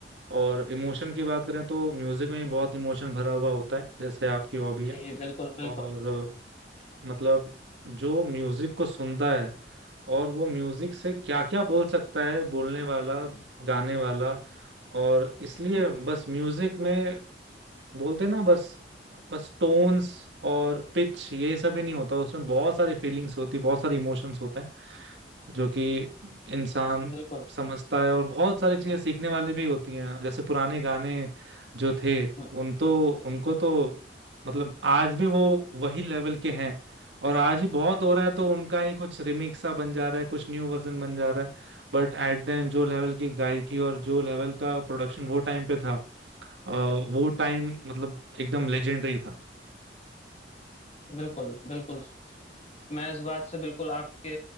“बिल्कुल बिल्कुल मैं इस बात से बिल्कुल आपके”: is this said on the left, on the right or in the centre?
Left